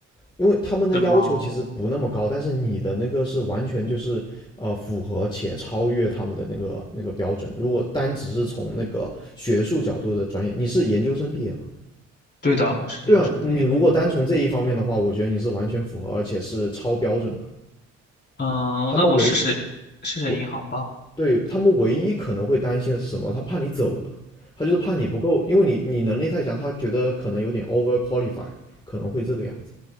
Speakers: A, on the left; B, on the left.
A: 因为他们的要求其实不那么高，
B: 是吗？
A: 但是你的那个是完全就是呃符合且超越他们的那个那个标准。如果单只是从那个学术角度的专业，你是研究生毕业嘛？
B: 对的，我是研究生毕业。
A: 对啊，你如果单从这一方面的话，我觉得你是完全符合，而且是超标准的。
B: 嗯，
A: 他们唯一
B: 那我试试试试银行吧。
A: 我对他们唯一可能会担心的是什么？他怕你走了，他就是怕你不够，因为你你能力太强，他觉得可能有点 over qualify，可能会这个样子。